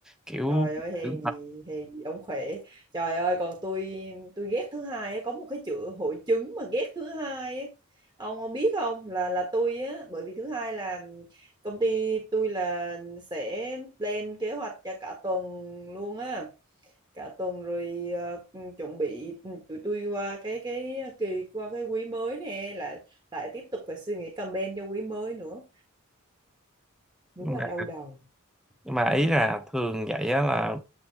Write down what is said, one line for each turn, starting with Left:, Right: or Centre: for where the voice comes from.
Centre: kiểu
Right: Trời ơi hèn
Centre: ừ
Right: gì hèn gì ông khỏe. Trời ơi còn tôi tôi ghét thứ hai á, có một cái chữ hội chứng mà ghét thứ hai á. Ông ông biết không là là tôi á bởi vì thứ hai là công ty tôi là sẽ plan kế hoạch cho cả tuần luôn á. Cả tuần rồi ờ, chuẩn bị ừ, tụi tôi qua cái cái kỳ qua cái quý mới nè lại lại tiếp tục phải suy nghĩ campaign cho quý mới nữa. Đúng
Centre: nhưng
Right: là
Centre: mà
Right: đau đầu.
Centre: nhưng mà
Right: Ừ.
Centre: ý là thường vậy á là